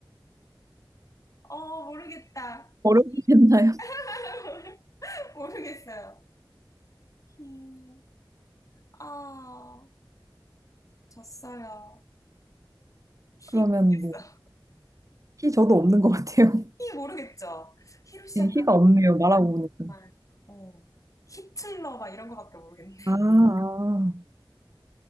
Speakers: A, on the left (about 40°); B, on the right (about 40°).
A: 어, 모르겠다.
B: 어렵겠나요?
A: 히, <laughs>
B: <laughs>
A: 모르겠어요. 히, 아, 졌어요. 히
B: 그러면
A: 모르겠어.
B: 뭐, 히 저도 없는 것 같아요. <laughs>
A: 히 모르겠죠? 히로 시작한
B: 네, 히가 없네요. 말하고 보니까.
A: 정말, 어, 히틀러 막 이런 거밖에 모르겠네.
B: 아, 아.